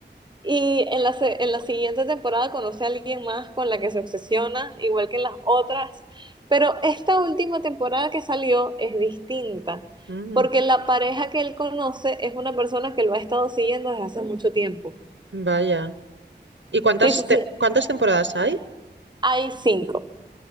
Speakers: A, on the right; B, on the right.
A: y en la, se- en la siguiente temporada conoce a alguien más con la que se obsesiona, igual que en las otras. Pero esta última temporada que salió es distinta,
B: Mm,
A: porque la pareja que él conoce es una persona que lo ha estado siguiendo desde hace mucho tiempo.
B: vaya. ¿Y cuántas
A: Sí, sí,
B: te-
A: sí.
B: cuántas temporadas hay?
A: Hay cinco.